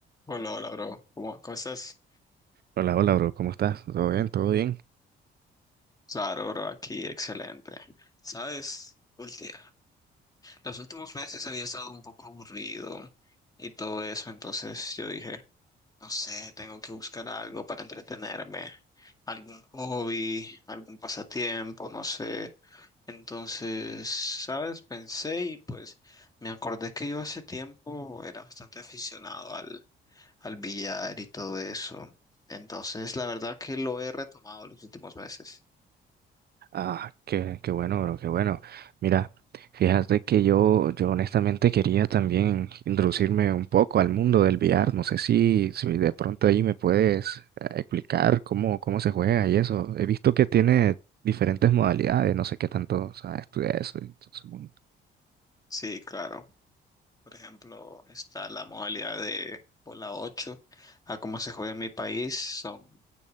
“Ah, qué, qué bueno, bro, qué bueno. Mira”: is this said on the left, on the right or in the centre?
Right